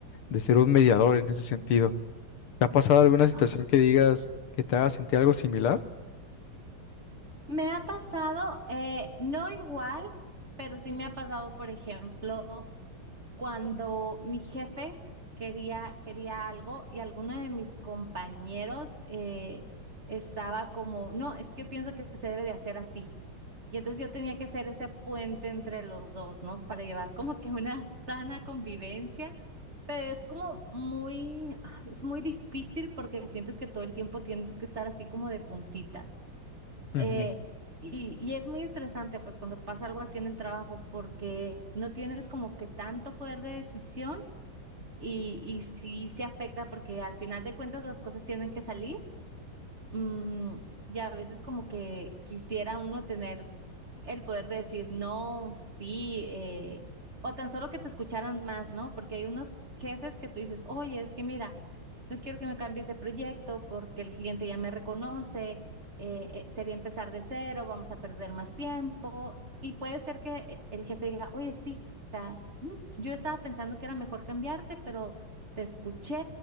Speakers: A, on the left; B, on the right.
A: de ser un mediador en ese sentido. ¿Te ha pasado alguna situación
B: Ah.
A: que digas que te haga sentir algo similar?
B: Me ha pasado, eh, no igual, pero sí me ha pasado, por ejemplo, cuando mi jefe quería, quería algo y alguno de mis compañeros eh, estaba como, no, es que yo pienso que se debe de hacer así. Y entonces yo tenía que ser ese puente entre los dos, ¿no? Para llevar como que una <laughs> sana convivencia, pero es como muy, ah, es muy difícil porque sientes que todo el tiempo tienes que estar así como de puntitas.
A: Ujú.
B: Eh,
A: Sí.
B: y, y es muy estresante, pues cuando pasa algo así en el trabajo, porque no tienes como que tanto poder de decisión y, y sí se afecta porque al final de cuentas las cosas tienen que salir. Mm, y a veces como que quisiera uno tener el poder de decir no, sí, eh, o tan solo que te escucharan más, ¿no? Porque hay unos jefes que tú dices, oye, es que mira, no quiero que me cambies de proyecto porque el cliente ya me reconoce, eh, eh, sería empezar de cero, vamos a perder más tiempo. Y puede ser que eh, el jefe diga, oye, sí, o sea, mm, yo estaba pensando que era mejor cambiarte, pero te escuché,